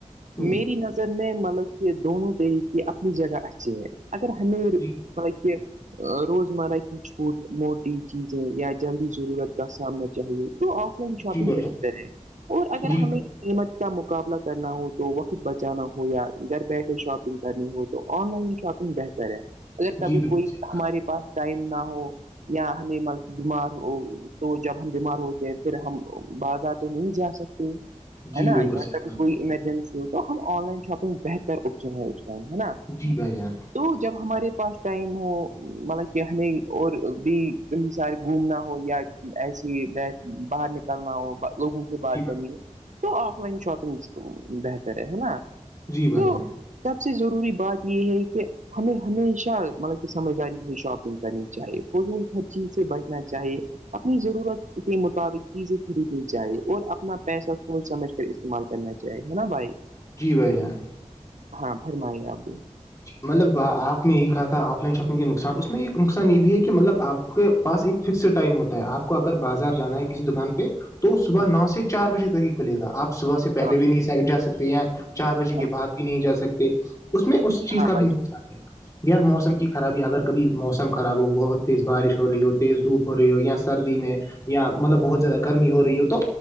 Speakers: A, on the left (about 25°); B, on the right (about 75°).
A: ہوں،
B: میری نظر میں مطلب کہ دونوں طریق کی اپنی جگہ اچھی اگر ہمیں مطلب
A: جی
B: کہ روزمرہ کی چھوٹ موٹی چیزیں یا جلدی ضرورت کا سامنا چاہیے تو آف لائن شاپنگ
A: جی بھائی جان
B: بہتر ہے اور اگر
A: جی
B: ہمیں قیمت کا مقابلہ کرنا ہو تو وقت بچانا ہو یا گھر بیٹھے شاپنگ کرنی ہو تو آن لائن شاپگ بہتر ہے اگر کبھی
A: جی بالکل
B: کوئی
A: صحیح
B: ہمارے پاس ٹائم نہ ہو یا ہمیں مل بیمار ہو تو جب ہم بیمار ہوتے ہیں پھر ہم بازار تو نہیں جا سکتے
A: جی
B: ہے نا
A: بالکل
B: یہاں
A: صحیح
B: کبھی
A: کہا آپ
B: کوئی
A: نے
B: ایمرجنسی ہو تو ہم آن لائن شاپنگ بہتر آپشن ہے اس ٹائم ہے نا
A: جی بھائی جان
B: تو جب ہمارے پاس ٹائم ہو مطلب کہ ہمیں اور بھی کہیں سار گھومنا ہو یا ایسی باہر نکلنا ہو لوگوں سے بات
A: جی
B: کرنی ہے تو آف لائن شاپنگ بہتر ہے نا
A: جی بھائی
B: تو
A: جان
B: سب سے ضروری بات یہ ہے کہ ہمیں ہمیشہ مطلب کہ سمجھداری سے شاپنگ کرنی چاہیے ف ہر چیز سے بچنا چاہیے اپنی ضرورت کے مطابق چیزیں خریدی جائے اور اپنا پیسہ سوچ سمجھ کر استعمال کرنا چاہیے ہے نا بھائی
A: جی بھائی جان
B: ہاں فرمائیے آپ بھی
A: مطلب آپ نے یہی کہا تھا آف لائن شاپنگ کے نقصان اس میں ایک نقصان یہ بھی ہے کہ مطلب آپ کے پاس ایک فکسڈ ٹائم ہوتا ہے آپ کو اگر بازار جانا ہے کسی دکان پہ تو صبح
B: ہاں
A: نو
B: بھائی
A: سے چار بجے تک ہی کھلے گا آپ صبح سے پہلے
B: ہاں
A: بھی
B: بھائی،
A: نہیں جا سکتے یا چار بجے کے
B: ہاں
A: بعد بھی نہیں جا سکتے اس میں اس چیز
B: ہاں
A: کا بھی
B: بھائی
A: نقصان ہے یا موسم کی خرابی اگر کبھی موسم خراب ہو بہت تیز بارش ہو
B: جان
A: رہی ہو تیز دھوپ ہو رہی رہی ہو یا سردی میں یا مطلب بہت زیادہ گرمی ہو رہی ہو تو